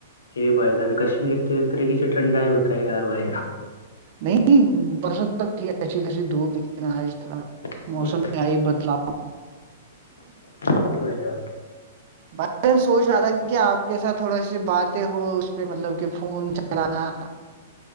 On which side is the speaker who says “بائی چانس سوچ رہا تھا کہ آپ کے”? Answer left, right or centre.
Right